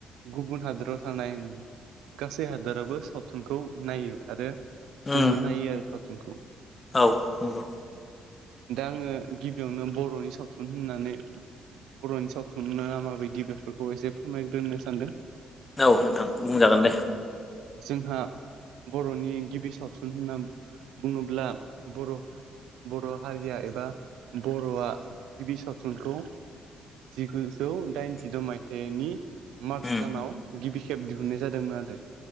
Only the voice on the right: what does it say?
गुबुन हादोराव थांनाय गासै हादोराबो सावथुनखौ नायो आरो
जोंबो नायो आरो सावथुनखौ।
दा आङो गिबियावनो बर'नि सावथुन होननानै बर'नि सावथुननो माबायदि बेफोरखौ एसे फोरमायग्रोनो सानदों।
जोंहा बर'नि गिबि सावथुन होनना बुङोब्ला बर' बर' हारिया एबा बर'आ गिबि सावथुनखौ जिगुजौ दाइनजिद' माइथाइनि मार्च
दानाव गिबि खेब दिहुननाय जादोंमोन आरो।